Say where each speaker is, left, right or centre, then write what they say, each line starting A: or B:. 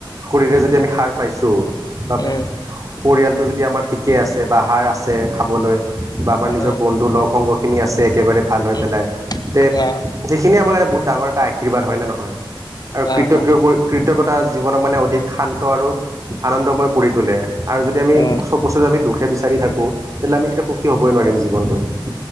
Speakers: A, on the right; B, on the left.
A: শৰীৰে যদি আমি সাৰ পাইছো বা
B: উম,
A: পৰিয়ালটো যদি আমাৰ ঠিকে আছে বা আহাৰ আছে। খাবলৈ বা আমাৰ নিজৰ
B: অ',
A: বন্ধু লগ সংগখিনি আছে একেবাৰে ভাল হৈ
B: উম,
A: পেলাই। তে
B: অ',
A: সেইখিনিয়ে আমাৰ কাৰানে বহুত ডাঙৰ এটা আৰ্শীবাদ হয় নে নহয়। আৰু কৃতজ্ঞ
B: অ', অ',
A: কৃতজ্ঞতা জীৱনক মানে অধিক শান্ত আৰু আনন্দময় কৰি তোলে আৰু যদি আমি
B: উম,
A: চব বস্তুতে আমি দুখে বিচাৰি থাকো তেতিয়াহ'লে আমি কেতিয়া সুখী হ'বই নোৱাৰিম জীৱনটোত।